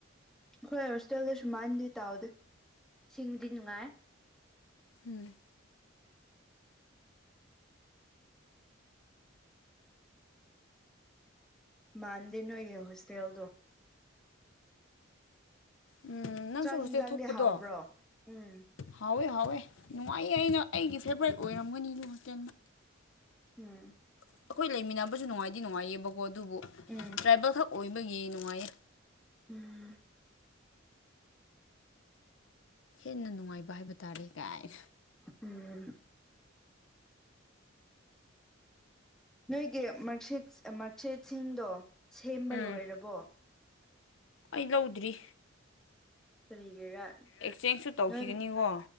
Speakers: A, in the centre; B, on the left.
A: ꯈꯣꯢ ꯍꯣꯁꯇꯦꯜꯗ ꯁꯨꯃꯥꯏꯅꯗꯤ ꯇꯥꯎꯗꯦ ꯁꯤꯡꯕꯨꯗꯤ ꯅꯨꯡꯉꯥꯏ
B: ꯎꯝ
A: ꯃꯥꯟꯗꯦ ꯅꯣꯏꯒꯤ ꯍꯣꯁꯇꯦꯜꯗ
B: ꯎꯝ ꯅꯪꯁꯨ
A: ꯆꯥꯛ ꯌꯦꯟꯁꯥꯡꯗꯤ
B: ꯍꯣꯁꯇꯦꯜ ꯊꯣꯛꯄꯗꯣ
A: ꯍꯥꯎꯕ꯭ꯔꯣ ꯎꯝ
B: ꯍꯥꯎꯋꯦ ꯍꯥꯎꯋꯦ ꯅꯨꯡꯉꯥꯏꯌꯦ ꯑꯩꯅ ꯑꯩꯒꯤ ꯐꯦꯕ꯭ꯔꯥꯏꯠ ꯑꯣꯏꯔꯝꯒꯅꯤ ꯑꯗꯨ ꯍꯣꯇꯦꯜꯅ
A: ꯎꯝ
B: ꯑꯩꯈꯣꯏ ꯂꯩꯃꯤꯟꯅꯕꯁꯨ ꯅꯨꯡꯉꯥꯏꯗꯤ ꯅꯨꯡꯉꯥꯏꯌꯦꯕꯀꯣ ꯑꯗꯨꯕꯨ
A: ꯎꯝ
B: ꯇ꯭ꯔꯥꯏꯕꯦꯜ ꯈꯛ ꯑꯣꯏꯕꯒꯤ ꯅꯨꯡꯉꯥꯏꯌꯦ
A: ꯎꯝ
B: ꯍꯦꯟꯅ ꯅꯨꯡꯉꯥꯏꯕ ꯍꯥꯏꯕ ꯇꯥꯔꯦ ꯀꯥꯏꯅ
A: ꯎꯝ ꯅꯣꯏꯒꯤ ꯃꯥꯔꯁꯤꯛ ꯃꯥꯔꯛꯁꯤꯠꯁꯤꯡꯗꯣ ꯁꯦꯝꯕ
B: ꯎꯝ
A: ꯂꯣꯏꯔꯕꯣ
B: ꯑꯩ ꯂꯧꯗ꯭ꯔꯤ
A: ꯀꯔꯤꯒꯤꯔꯥ
B: ꯑꯦꯛꯆꯦꯟꯁꯁꯨ ꯇꯧꯈꯤꯒꯅꯤꯀꯣ
A: ꯅꯣꯏ